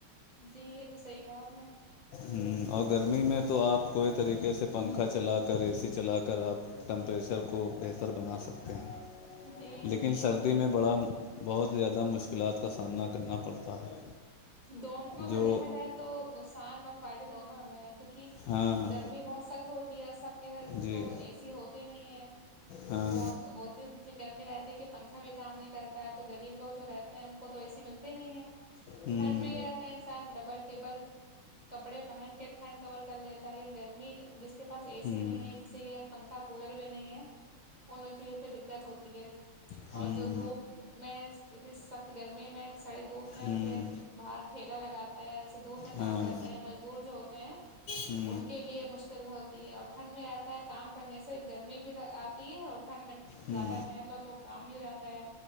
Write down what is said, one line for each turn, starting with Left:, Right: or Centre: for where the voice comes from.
Right: جی یہ تو صحیح کہا آپ نے
Left: ہوں اور گرمی میں تو آپ کوئی طریقے سے پنکھا چلا کر اے سی چلا کر آپ ٹمپریچر کو بہتر بنا سکتے ہیں
Right: جی
Left: لیکن سردی ی میں بڑا بہت زیادہ مشکلات کا سامنا کرنا پڑتا ہے
Right: دونوں
Left: جو
Right: میں دیکھا جائے تو نقصان اور فائدے دونوں میں ہیں کیونکہ
Left: ہاں
Right: گرمی بہت سخت ہوتی ہے سب کے گھر
Left: جی
Right: تو اے سی ہوتے ہی نہیں ہے
Left: ہاں
Right: بہت وہ اتنی جنی گرمی رہتی ہے کہ پنکھا بھی کام نہیں کرتا ہے تو غریب لوگ جو رہتے ہیں ان کو تو ایسی ملتی نہیں ہے
Left: ہوں
Right: تھھنڈ میں رہات انسان ڈبل ٹیبل کپڑے پہن کے تھنڈ کور کر لیتا ہے گرمی جس کے پاس اے
Left: ہوں
Right: سی نہیں ہے کسی کے پنکھا کولر بھی نہیں ہے ان لوگ کی بھی پہ دقت ہوتی ہے
Left: ہوں
Right: اور
Left: ہوں
Right: جو دھوپ میں اتنی سخت گرمی میں ساری دھوپ میں
Left: ہوں
Right: جو ہے باہر ٹھیلا لگاتا ہے یا اییسے دھوپ میں
Left: ہاں
Right: کام کرتا ہے یا مزدور جو ہوتے ہیں
Left: ہوں <unintelligible>
Right: ان کے لیے مشکل ہوتی ہے اور ٹھنڈ میں رہتا ہے کام کرنے سے گرمی بھی آتی ہے اور ٹھنڈ میں
Left: ہوں
Right: زیادہ پہن لو تو کام ہی ہو جاتا ہے